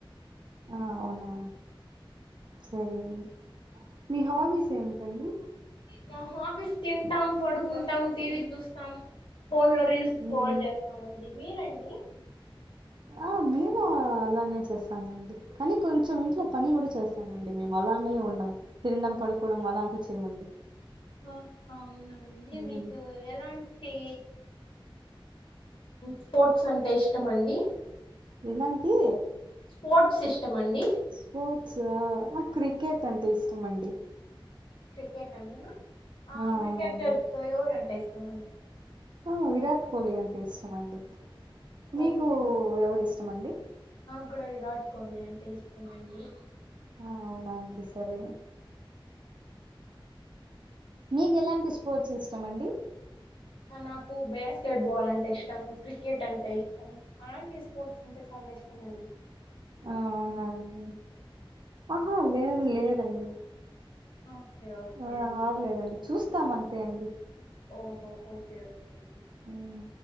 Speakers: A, on the right; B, on the left.
A: ఆ అవునా సరే అండి మీ హాబీస్ ఏమిటండి
B: మా హాబీస్ తింటాం పడుకుంటాం టీవీ చూస్తాం ఫోన్ లో రీల్స్ స్క్రోల్
A: ఉమ్
B: చేస్తామండి మీరండి
A: ఆ మేము అలానే చేస్తామండి కానీ కొంచెం ఇంట్లో పని కూడా చేస్తామండి మేము అలానే ఉండము త పడుకోవడం అలా అంత చేయమండి
B: ఆ అవునండి
A: హ్మ్.
B: మీకు ఎలా టి స్పోర్ట్స్ అంటే ఇష్టం అండి
A: ఎలాంటి
B: స్పోర్ట్స్ ఇష్టం అండి
A: స్పోర్ట్స్ నాకు క్రికెట్ అంటే ఇష్టం అండి
B: క్రికెట్ అంతేనా
A: ఆ
B: క్రికెటర్స్
A: అవునండి
B: ఎవరు అంటే ఇష్టమ
A: ఆ విరాట్ కోహ్లీ అంటే ఇష్టం అండి మీకు
B: ఓకే
A: ఎవరిష్టం అండి
B: నా కూడా విరాట్ కోహ్లీ అంటే ఇష్టమ అండి
A: అవున అండి సరే మీకు ఎలాంటి స్పోర్ట్స్ ఇష్టం అండి
B: నాకు బాస్కెట్ బాల్ అంటే ఇష్టం క్రికెట్ అంటే ఇష్టం అలాంటి స్పోర్ట్స్ అంటే చ కష్టమండి
A: ఆ అవునాండి ఆహా లేదు లేదండి
B: ఓకే ఓకే
A: ఆ
B: అండి
A: ఆడలేదండి చూస్తాం అంతే అండి
B: ఓహో ఓకే ఓకే
A: హ్మ్.